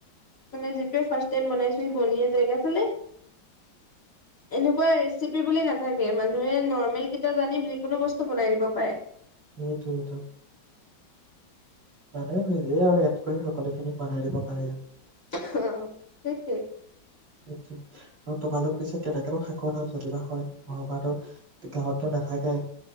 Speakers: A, on the left; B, on the right.
A: মানে যিটোৱে ফাৰ্ষ্ট টাইম বনাইছো সি বনিয়ে যায় গে আচলতে এনেকুৱা ৰেচিপি বুলি নাথাকে। মানুহে নৰ্মেল কেইটা জানি যিকোনো বস্তু বনাই দিব পাৰে
B: সেইটোৱেইটো মানে নিজে আৰু এড কৰি সকলোখিনি বনাই দিব পাৰি
A: অ সেইটোৱেই
B: <unintelligible> আৰু তোমালোক পিছে তেনেকো শাকৰ নাম জানিবা হয় ঘৰৰ পৰাতো গাঁৱতো নাথাকাই